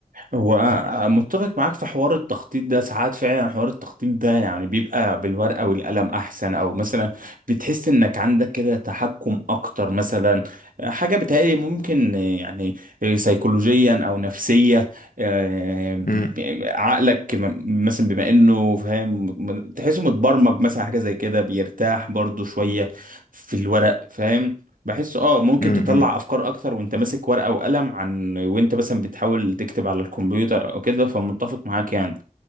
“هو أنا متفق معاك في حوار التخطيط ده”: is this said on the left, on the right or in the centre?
Right